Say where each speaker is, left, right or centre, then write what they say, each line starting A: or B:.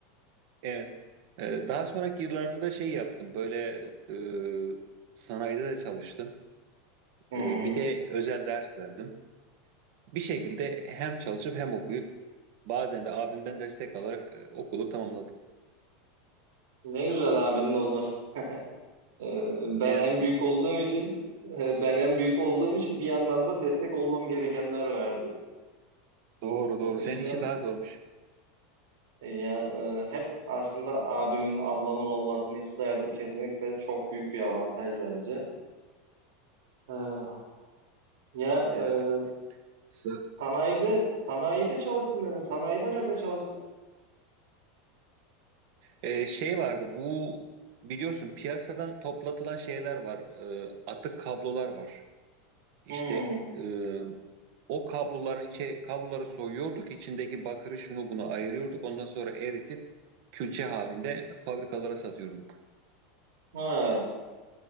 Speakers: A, on the right; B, on the right.
A: Evet. Ee, Daha sonraki yıllarda da şey yaptım. Böyle e, sanayide de çalıştım.
B: Hı hı.
A: E, bir de özel ders verdim. Bir şekilde hem çalışıp hem okuyup bazen de abimden destek alarak e, okulu tamamladım.
B: Ne güzel abinin olması. E, ben
A: Evet.
B: en
A: biz-
B: büyük olduğum için e, ben en büyük olduğum için bir yandan da destek olmam gerekenler vardı.
A: Doğru
B: O
A: doğru.
B: yüzden
A: Senin için daha zormuş.
B: Ya e, hep aslında abimin, ablamın olmasını isterdim. Kesinlikle çok büyük bir avantaj bence. Ee, ya
A: Evet.
B: e,
A: Sa-
B: sanayide, sanayide çalıştım dedin. Sanayide nerede çalıştın?
A: E, şey vardı bu biliyorsun piyasadan toplatılan şeyler var. E, atık kablolar var. İşte
B: Hmm.
A: e, o kabloların içe kabloları soyuyorduk, içindeki bakırı şunu bunu ayırıyorduk. Ondan sonra eritip külçe halinde fabrikalara satıyorduk.
B: Ha.